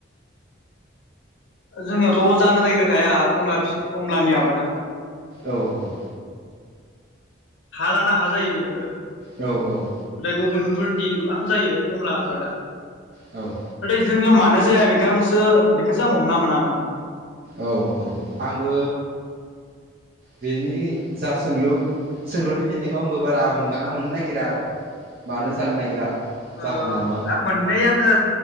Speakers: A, on the left; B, on the right.
A: जोंनियावथ' जानो नागिरखाया कमला खमलानि आबादा
B: औ औ।
A: हा लाना हा जायो बेफोरो।
B: औ औ।
A: ओमफ्राय गुबुनफोरदि गोबां जायो खमला आबादा।
B: औ।
A: नाथाय जोंनियाव मानो जाया बेखौ आंसो बेखौसो आं हमना मोना माने
B: औ औ आंबो बेनि जा सोंलु सोंलुनि फिननायखौ आंबो बारा हमदांना मोननो नागिरा आरो मानो जानो नागिरा। जाहोना
A: ओ
B: मा
A: दा मोननै आङो